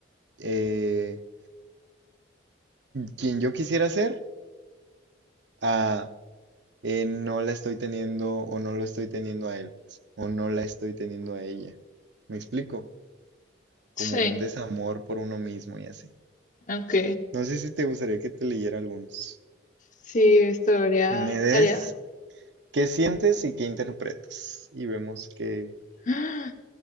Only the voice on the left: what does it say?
Sí,
ok.
Sí, estaría,
estaría.
<gasps>